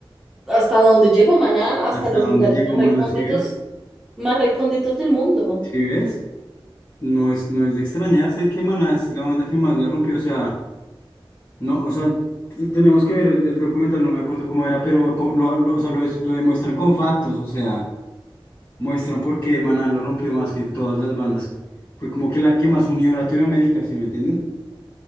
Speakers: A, in the centre; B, on the left.
A: hasta dónde llegó Maná, hasta
B: hasta
A: los
B: dónde
A: lugares
B: llegó
A: más recónditos.
B: Maná, si ves,
A: Más recónditos del mundo.
B: si ves, no es, no es de extrañarse que Maná es la banda que más la rompió, o sea. No, o sea, te- tenemos que ver el, el documental, no me acuerdo cómo era, pero co- lo, lo- o sea, lo, es- lo demuestran con factos, o sea, muestran por qué Maná lo rompió más que todas las bandas. Fue como que la que más unió a Latinoamérica, ¿sí me entiendes? O